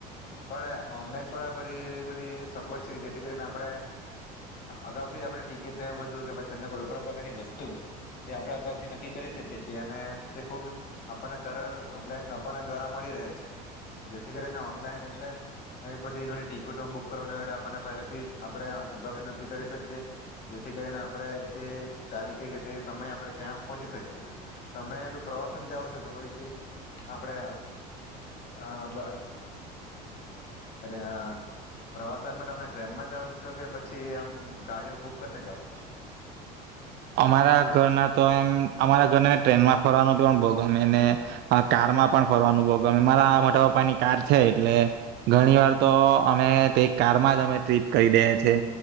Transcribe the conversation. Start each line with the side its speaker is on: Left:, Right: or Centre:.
Left: આપણે ઓનલાઈન પણ બધી એવી બધી સગવડ છે કે જેથી કરીને આપણે અગાઉથી આપણે ટિકિટને એવું બધું કે પછીને કોઈ પણ પ્રકારની વસ્તુ જે આપણે અગાઉથી નક્કી કરી શકીએ છીએ. અને તે ખૂબ આપણને સરળ ઓનલાઇન આપણને દ્વારા મળી રહે છે. જેથી કરીને ઓનલાઈન એટલે આવી બધી ઘણી ટિકિટો બુક કરવાની હોય આપણને પહેલાથી જ આપણે અગાઉથી નક્કી કરી શકીએ. જેથી કરીને આપણે તે તારીખે કે તે સમય આપણે ત્યાં પહોંચી શકીએ. તમે કોઈ પ્રવાસ જાઓ છો કે અહીંથી આપણે આ આબ અરે આ પ્રવાસનમાં તમે ટ્રેનમાં જાઓ છો કે પછી આમ ગાડીઓ બુક કરીને જાઓ છો?
Right: અમારા ઘરના તો એમ અમારા ઘરને ટ્રેનમાં ફરવાનું પણ આમ બહુ ગમે ને. કારમાં પણ ફરવાનું બહુ ગમે. મારા મોટા પપ્પાની કાર છે એટલે ઘણી વાર તો અમે તે કારમાં જ અમે ટ્રીપ કરી દઈએ છીએ.